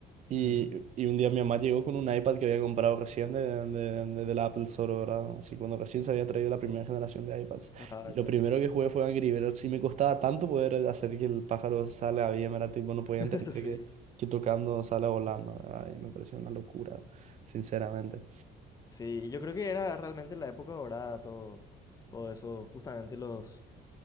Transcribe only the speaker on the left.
Ujú.
Ajá,
¿verdad?
<laughs>
Sí.
Sí, yo creo que era realmente la época dorada, todo, todo eso, justamente los,